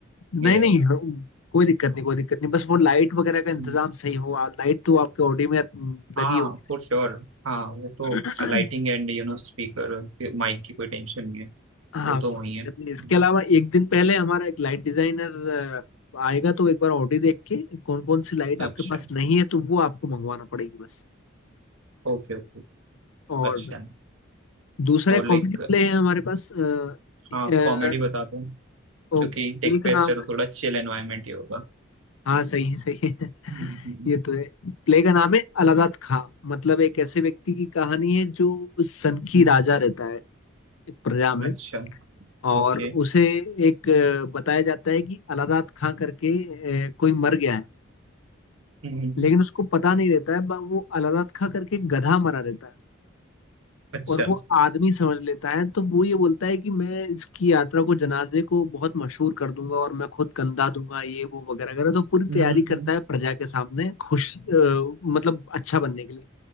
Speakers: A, on the left; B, on the right.
A: नहीं
B: ये
A: नहीं
B: रहेगा
A: हम- कोई दिक्कत नहीं कोई दिक्कत नहीं बस वो लाइट वगैरह का इंतजाम
B: हम्म,
A: सही हो लाइट तो आपके ऑडी में अम,
B: हाँ
A: लगी होगी
B: फॉर श्योर हाँ वो तो
A: सही
B: lighting and you know speaker mic की कोई टेंशन नहीं है
A: हाँ
B: वो तो
A: करनी
B: वही है हाँ,
A: है। इसके अलावा एक दिन पहले हमारा एक लाइट डिजाइनर आएगा तो एक बार ऑडी देख के कौन कौन सी लाइट
B: अच्छा
A: आपके पास नहीं है तो वो आपको मंगवाना पड़ेगी बस
B: ओके ओके
A: और
B: अच्छा
A: दूसरा
B: और
A: कॉमेडी
B: लाइक
A: प्ले है हमारे पास अ, अ,
B: हाँ कॉमेडी बता दो
A: ओ,
B: क्योंकि टेक
A: प्ले
B: फेस्ट
A: का नाम
B: है तो
A: है
B: थोड़ा चिल एनवायरनमेंट ही होगा
A: हाँ सही है सही है <laughs>
B: Hmm, hmm,
A: ये तो है प्ले का नाम है अलादात खां मतलब एक ऐसे व्यक्ति की कहानी है जो सन की
B: hmm,
A: राजा रहता है एक प्रजा में
B: अच्छा
A: और
B: ओके
A: उसे एक अ, बताया जाता है कि अलादात खां करके अ, कोई मर गया है
B: हम्म,
A: लेकिन उसको पता नहीं रहता है ब- वो अलादत खा करके गधा मरा रहता है
B: अच्छा
A: और वो आदमी समझ लेता है तो वो ये बोलता है कि मैं इसकी यात्रा को जनाजे को बहुत मशहूर कर दूंगा और मैं खुद कंधा दूंगा ये वो वगैरह वगैरह तो पूरी
B: हम्म,
A: तैयारी
B: हम्म, हम्म,
A: करता है प्रजा के सामने खुश अ, मतलब अच्छा बनने के लिए